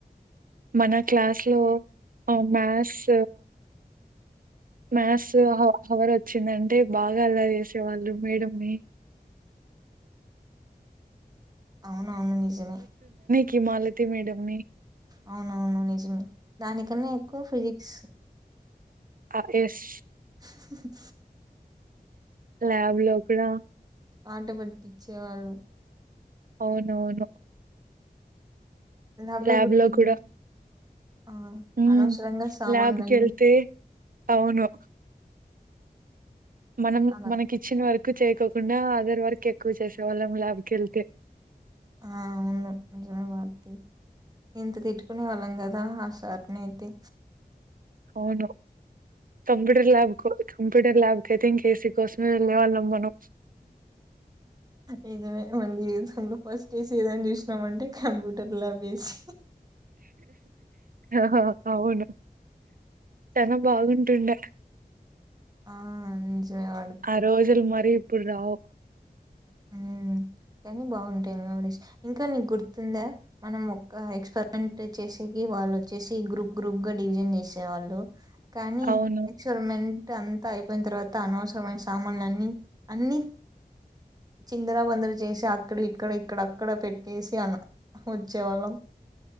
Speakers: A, on the right (about 60°); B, on the right (about 25°).
A: మన క్లాస్ లో ఆ మ్యాథ్స్ మ్యాథ్స్ అవర్ వచ్చిందంటే బాగా అల్లరి చేసేవాళ్ళుం మేడమ్నీ.
B: అవును అవును నిజమే
A: కి మాలతి మేడమ్ని
B: అవునవును నిజమే దానికన్నా ఎక్కువ ఫిజిక్స్
A: ఆ ఎస్
B: హి హి
A: ల్యాబ్ లో కూడా
B: ఆట పట్టించేవాళ్ళు.
A: అవునవును
B: ల్యాబ్లో
A: ల్యాబ్
B: గుర్తుంది
A: లో కూడా
B: ఆ
A: ఉమ్
B: అనవసరంగా సామాన్లన్నీ
A: ల్యాబ్కి వెళ్తే అవును మనం
B: అలా
A: మనకి ఇచ్చిన వర్క్ ఎక్కువ చేయకోకుండా అదర్ వర్కే ఎక్కువ చేసేవాళ్ళం ల్యాబ్ కి వెళ్తే.
B: ఆ అవును నిజమే వాది ఎంత తిట్టుకునే వాళ్ళం కదా ఆ సార్ని అయితే
A: అవును కంప్యూటర్ ల్యాబ్కో కంప్యూటర్ ల్యాబ్ కైతే ఇంకే ఏసీ కోసమే వెళ్లే వాళ్ళం మనము
B: నిజమే మళ్ళీ జీవితంలో ఫస్ట్ ఏ సీ ఏదైనా చూసినమంటే కంప్యూటర్ ల్యాబ్ ఏ సి
A: ఆ అవును చాలా బాగుంటుండే
B: ఆహ్ అందించేవాడు తి
A: ఆ రోజులు మరి ఇప్పుడు రావ్
B: ఉమ్ కానీ బాగుంటాయి మెమోరీస్ ఇంకా నీకు గుర్తుందా మనం ఒక ఎక్స్పరిమెంట్ చేసేకి వాళ్ళు వచ్చేసి గ్రూప్ గ్రూప్ గా డివిజన్ చేసేవాళ్ళు కానీ
A: అవును
B: ఎక్స్పెరిమెంట్ అంతా అయిపోయిన తర్వాత అనవసరమైన సామాన్లు అన్నీ అన్ని చిందరాబందర చేసి అక్కడి విక్కడ ఇక్కడ అక్కడ పెట్టేసి ఆ ఆహ్ వచ్చేవాళ్ళం